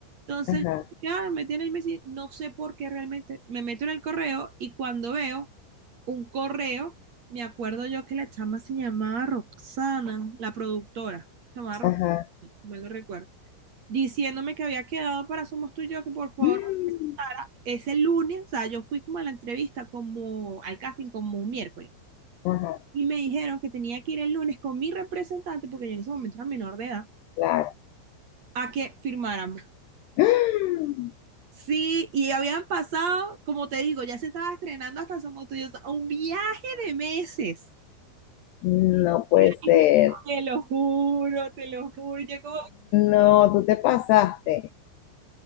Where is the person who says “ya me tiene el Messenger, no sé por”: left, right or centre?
Right